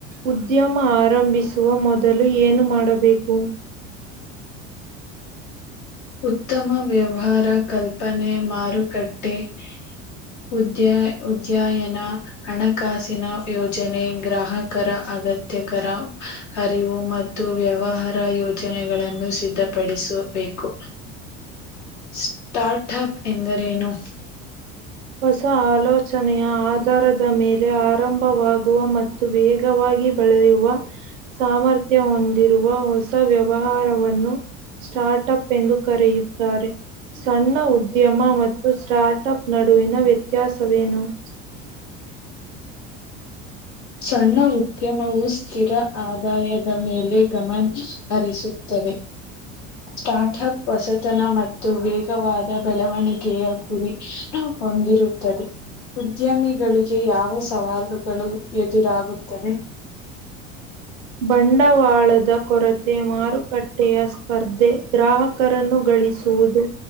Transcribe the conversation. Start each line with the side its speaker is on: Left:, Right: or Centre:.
Right: ಉದ್ಯಮ ಆರಂಭಿಸುವ ಮೊದಲು ಏನು ಮಾಡಬೇಕು. <inaudible>
Left: ಉತ್ತಮ ವ್ಯವಹಾರ ಕಲ್ಪನೆ ಮಾರುಕಟ್ಟೆ. <inaudible> ಉದ್ಯ ಉದ್ಯಯನಾ <inaudible> ಹಣಕಾಸಿನ ಯೋಜನೆ ಗ್ರಾಹಕರ ಅಗತ್ಯಕರ ಅರಿವು ಮತ್ತು <inaudible> ಮತ್ತು ವ್ಯವಹಾರ ಯೋಜನೆಗಳನ್ನು ಸಿದ್ಧ <inaudible> ಪಡಿಸಬೇಕು. ಸ್ಟಾರ್ಟ್ ಹಕ್ ಎಂದರೇನು? <inaudible>
Right: ಹೊಸ ಆಲೋಚನೆಯ ಆಧಾರದ ಮೇಲೆ ಆರಂಭವಾಗುವ ಮ <inaudible> ತ್ತು ವೇಗವಾಗಿ ಬೆಳೆಯುವ ಸಾಮರ್ಥ್ಯ ಹೊಂದಿರುವ ಹೊಸ <inaudible> ಹೊಸ ವ್ಯವಹಾರವನ್ನು ಸ್ಟಾರ್ಟ್ ಅಪ್ ಎಂದು ಕರೆಯುತ್ತಾರೆ. <inaudible> ಸಣ್ಣ ಉದ್ಯಮ ಮತ್ತು ಸ್ಟಾರ್ಟ್ಪ್ ನಡುವಿನ ವ್ಯತ್ಯಾಸವೇನು? <inaudible>
Left: ಸಣ್ಣ ಉದ್ಯಮವು ಸ್ಥಿರ ಆದಾಯದ ಮೇಲೆ ಗಮನ <inaudible> ಹರಿಸುತ್ತವೆ. <inaudible> ಸ್ಟಾರ್ಟ್ ಅಪ್ ಹೊಸತನ ಮತ್ತು ವೇಗವಾದ ಬೆಳವಣಿಗೆಯ ಗುರಿ <inaudible> ಹೊಂದಿರುತ್ತದೆ. <inaudible> ಉದ್ಯಮಿಗಳಿಗೆ ಯಾವ ಸವಾಲೂಗಳು ಎದುರಾಗುತ್ತವೆ. <inaudible>
Right: ಬಂಡವಾಳದ ಕೊರತೆ ಮಾರುಕಟ್ಟೆಯ ಸ್ಪರ್ಧೆ ಗ್ರಾಹಕ್ <inaudible> ಕರನ್ನು ಗಳಿಸುವುದು